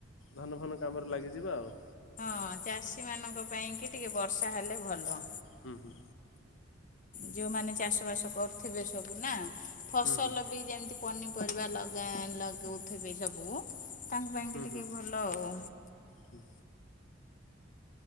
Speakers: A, on the left; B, on the left.
A: ଧାନ ଫାନ କାମରେ ଲାଗିଯିଵା ଆଉ।
B: ହଁ ଚାଷୀମାନଙ୍କ ପାଇଁ ଙ୍କି ଟିକେ ବର୍ଷା ହେଲେ ଭଲ।
A: ହୁଁ ହୁଁ।
B: ଯୋଉମାନୋ ଚାଷ ବାସ କରୁଥିବେ ସବୁ ନା ଫସଲ
A: ହୁଁ ହୁଁ
B: ବି। ଯେମତି ପନିପରିବା ଲାଗା ଲଗୋଉଥୁବେ ସବୁ। ତାଙ୍କ ପାଇଁକି
A: ହୁଁ
B: ଟିକେ ଭଲ ଆଉ।
A: ହୁଁ।